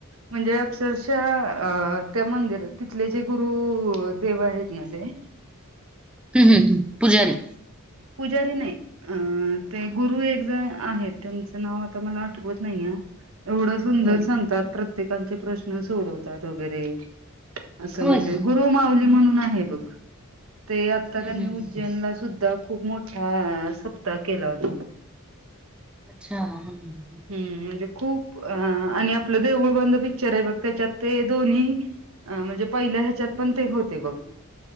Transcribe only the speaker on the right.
म्हणजे अक्षरशः, त्या मंदिरात तिथले जे गुरु देव आहेत ना ते.
पुजारी नाही,.. अं ते गुरु एक जण आहेत, त्यांचं नाव आता मला आठवत नाहीय. एवढं सुंदर
सांगतात,
प्रत्येकांचे प्रश्न सोडवतात वगैरे. असं
म्हणजे,
गुरु माऊली म्हणून आहे बघ, ते आता
त्यांनीऽ
सुद्धा खूप मोठा सप्ताह केला होता.
हम्म,, म्हणजे खूप अ आणि आपलं देऊळ बंद पिक्चर आहे बघ, त्याच्यात ते दोन्हीऽ- अ म्हणजे पहिल्या ह्याच्यात पण ते होते बघ.